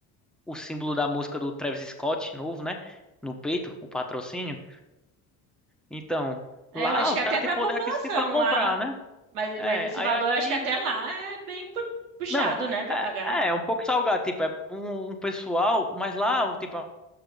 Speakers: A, in the centre; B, on the right (about 80°).
A: o símbolo da música do Travis Scott novo, né? No peito, o patrocínio. Então,
B: É,
A: lá
B: Eu acho que
A: os
B: é
A: caras
B: até para
A: têm poder
B: a população
A: aquisitivo pra comprar,
B: lá,
A: né?
B: mas,
A: É,
B: mas esse
A: aí
B: valor,
A: aqui.
B: acho que até lá é bem pu- puxado,
A: Não,
B: né, para pagar.
A: é, é um pouco salgado, tipo, é um, um pessoal, mas lá, tipo, é